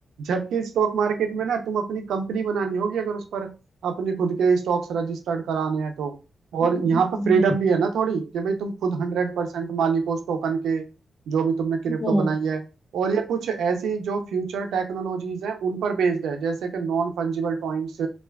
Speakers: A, on the right; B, on the left.
A: जबकि स्टॉक मार्केट में ना तुम अपनी कंपनी बनानी होगी अगर उस पर अपने खुद के स्टॉक्स रजिस्टर्ड कराने हैं तो
B: हम्म
A: और यहाँ
B: हम्म,
A: पर फ्रीडम
B: हम्म,
A: भी है ना थोड़ी कि भाई तुम खुद हंड्रेड परसेंट मालिक हो उस टोकन के जो भी तुमने क्रिप्टो
B: हम्म।
A: बनाई है और ये कुछ ऐसी जो फ्यूचर टेक्नोलॉजीज हैं उन पर बेस्ड है जैसे कि नॉन फंजिबल टॉइंट्स